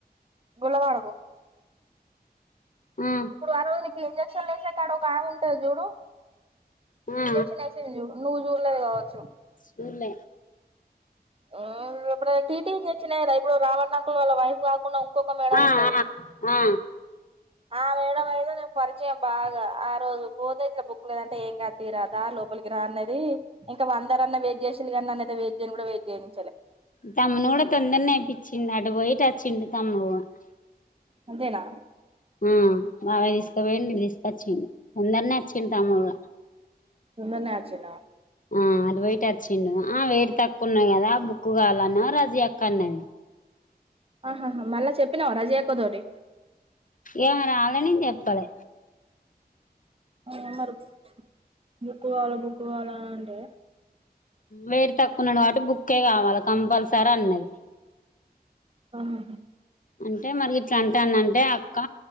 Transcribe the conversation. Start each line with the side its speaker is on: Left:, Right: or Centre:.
Right: గులబ అడగు
Left: ఆ
Right: ఇప్పుడు ఆ రోజుకి ఇంజెక్షన్లు వేసే కాడ ఒక అమ్మే ఉంటాది చూడు
Left: ఆ
Right: ఇంజెక్షన్ వేసింది చూడు కావచ్చు
Left: సూల్
Right: ఆ ఇప్పుడు టీటీ ఇంజెక్షన్ ఇప్పుడు రావన్నా వాళ్ళ వైఫ్ కాకుండా ఇంకొక మేడం
Left: ఆ
Right: ఉంటది
Left: ఆ ఆ
Right: ఆ మేడ అయితే నాకు పరిచయం బాగా ఆ రోజు పోతే ఇట్లా బుక్ లేదంటే ఏం కాదు తీరాదా రా లోపలికి రా అన్నది ఇంకా అందరన్నా వెయిట్ చేసిరి కానీ నన్నతే నేను కూడా వెయిట్ చేయను
Left: తమను కూడా తొందర నేపించింది అటు పోయి <unintelligible>
Right: అంతేనా
Left: ఆ <unintelligible> ఇ వెేడి <unintelligible> తీసుకొచ్చి తొందరనే తింటా మల్ల
Right: తొందర్నే ఆచ్చిన
Left: ఆ అటు పోయి ఇట వచ్చిండు ఆ వేడి తక్కు ఉన్నాయి కదా బుక్కు కావాలన్న రజీ అక్క అన్నది
Right: ఆహహా మళ్ళా చెప్పినావా రజియా అక్క్తోటి
Left: ఏమ రాలని నేను చెప్పాలి
Right: ె మరీ బుక్ కావాలి బుక్ కావాల అంటే
Left: వేరు తక్కువన్నాడు కాబట్టి బుక్కే కావాలి కంపల్సరీ అన్నది
Right: ఆహా
Left: అంటే మరి ఇట్లా అంటాందంటే అక్క